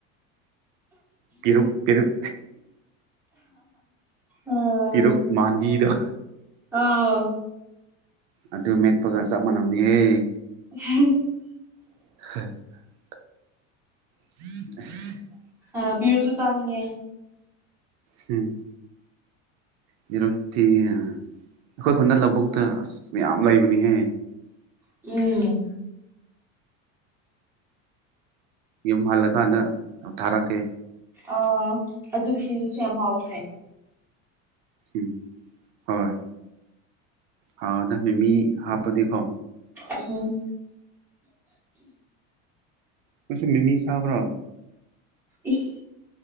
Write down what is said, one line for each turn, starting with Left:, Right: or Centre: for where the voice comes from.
Right: ꯄꯤꯔꯨꯛ ꯄꯤꯔꯨꯛ
Centre: ꯎꯝ
Right: ꯄꯤꯔꯨꯛ ꯃꯥꯟꯕꯤꯗꯣ
Centre: ꯑꯥ
Right: ꯑꯗꯨ ꯃꯦꯠꯄꯒ ꯆꯞ ꯃꯥꯟꯅꯕꯅꯤꯍꯦ
Centre: <unintelligible>
Right: <unintelligible> <inaudible>
Centre: ꯑꯥ ꯄꯤꯔꯨꯛꯁꯨ ꯆꯥꯅꯤꯡꯉꯦ
Right: ꯍꯝ ꯄꯤꯔꯨꯛꯇꯤ ꯑꯩꯈꯣꯏ ꯈꯨꯟꯗ ꯂꯧꯕꯨꯛꯇꯥ ꯑꯁ ꯃꯌꯥꯝ ꯂꯩꯕꯅꯤꯍꯦ
Centre: ꯎꯝ
Right: ꯌꯨꯝ ꯍꯜꯂꯀꯥꯟꯗ ꯊꯥꯔꯛꯀꯦ
Centre: ꯑꯣ ꯑꯗꯨꯒꯤ ꯁꯤꯖꯨꯁꯨ ꯌꯥꯝ ꯍꯥꯎꯕꯅꯦ
Right: ꯎꯝ ꯍꯣꯏ ꯍꯥꯎꯔ ꯑꯗꯥ ꯃꯦꯃꯤ ꯍꯥꯞꯄꯗꯤꯀꯣ
Centre: ꯎꯝ
Right: ꯅꯪꯁꯨ ꯃꯤꯃꯤ ꯆꯥꯕ꯭ꯔꯣ
Centre: ꯏꯁ